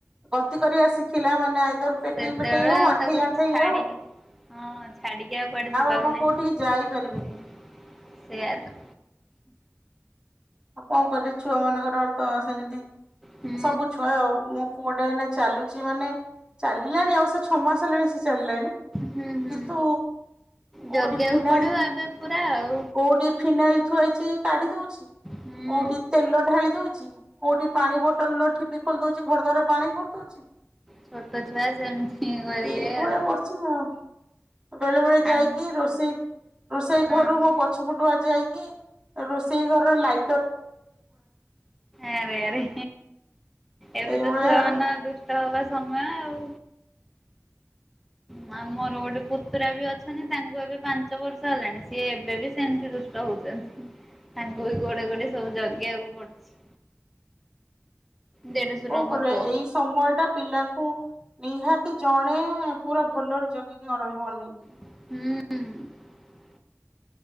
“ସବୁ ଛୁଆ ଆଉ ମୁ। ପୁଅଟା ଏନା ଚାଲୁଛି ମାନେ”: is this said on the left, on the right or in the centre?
Right